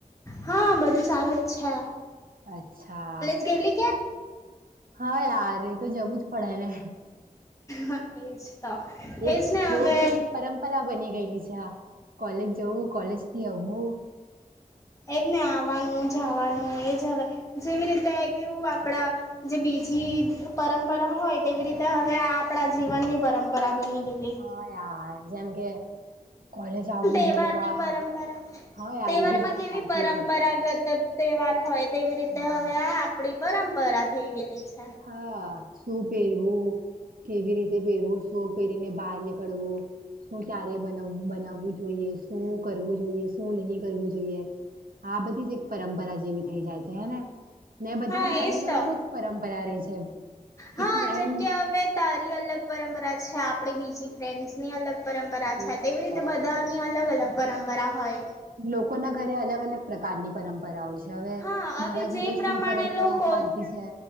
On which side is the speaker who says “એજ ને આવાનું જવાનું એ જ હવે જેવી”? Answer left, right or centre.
Left